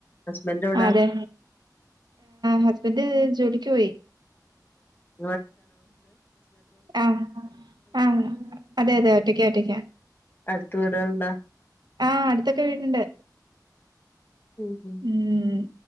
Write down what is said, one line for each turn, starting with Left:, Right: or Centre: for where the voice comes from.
Left: ഹസ്ബൻഡ് എവിടെ
Right: ആ അതെ ഹസ്ബൻഡ് ജോലി ക്ക് പോയി
Left: ആ
Right: ആഹ് ആഹ് അതെ അതെ ഒറ്റക്ക ഒറ്റക്ക
Left: അടുത്ത വീടുകൾ ഉണ്ടോ
Right: ആഹ അടുത്തൊക്കെ വീടുണ്ട്
Left: ഉം
Right: ഉം